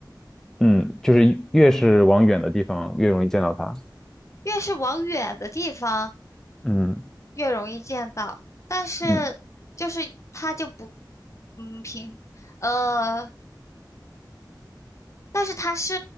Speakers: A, in the centre; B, on the left.
A: 嗯，就是越是往远的地方，越容易见到它。
B: 越是往远的地方。
A: 嗯
B: 越容易见到，但是就是它就不，
A: 嗯，
B: 嗯，平，呃，但是它是